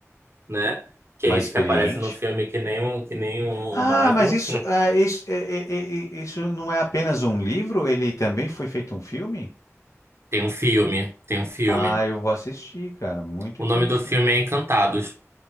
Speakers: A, on the right; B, on the left.
A: né? Que
B: Mais
A: é esse
B: experiente.
A: que aparece no filme que nem um, que nem um
B: Ah,
A: mago.
B: mas isso, ah, isso, é- é- é- é- isso não é apenas um livro? Ele também foi feito um filme?
A: Tem um filme, tem um filme.
B: Ah, eu vou assistir, cara. Muito
A: O
B: interessante.
A: nome do filme é Encantados,